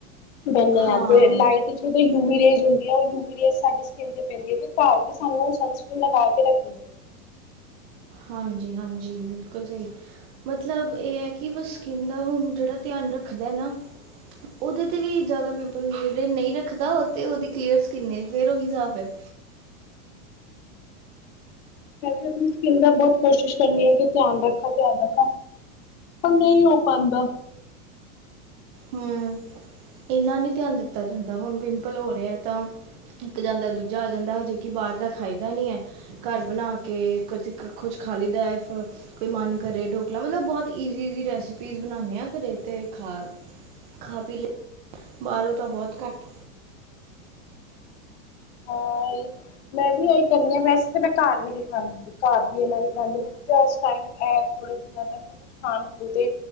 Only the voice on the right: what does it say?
ਹਾਂ
ਹਾਂਜੀ-ਹਾਂਜੀ ਬਿਲਕੁਲ ਸਹੀ। ਮਤਲਬ ਇਹ ਹੈ ਕਿ ਬਸ ਸਿਕਨ ਦਾ ਹੁਣ ਜਿਹੜਾ ਧਿਆਨ ਰੱਖਦਾ ਹੈ ਨਾ ਉਹਦੇ ਤੇ ਵੀ ਜਾਦਾ ਪਿੰਪਲ ਹੁੰ ਜੇ ਨਈ ਰੱਖਦਾ ਤੇ ਉਹਦੀ ਕਲੀਅਰ ਸਕਿੰਨ ਫੇਰ ਉਹੀ ਹਿਸਾਬ ਹੈ।
ਹੂੰ ਇਨਾ ਨੀ ਧਿਆਨ ਦਿੱਤਾ ਜਾਂਦਾ ਹੁਣ ਪਿੰਪਲ ਹੋ ਰਿਹਾ ਹੈ ਤਾਂ ਇੱਕ ਜਾਂਦਾ ਦੂਜਾ ਆ ਜਾਂਦਾ ਹਜੇਕੀ ਬਾਰ ਦਾ ਖਾਈਦਾ ਨੀ ਏ। ਘਰ ਬਣਾ ਕੇ ਕ ਕੁਛ ਖਾਲੀ ਦਾ ਕੋਈ ਮਨ ਕਰੇ ਢੋਕਲਾ ਮਤਲਬ ਬੌਤ ਈਜੀ-ਈਜੀ ਰੈਸਪੀਸ ਬਣਾਨੇ ਆ ਘਰੇ ਤੇ ਖਾ ਖਾ ਪੀ ਲੈ। ਬਾਹਰੋਂ ਤਾਂ ਬਹੁਤ ਘੱਟ।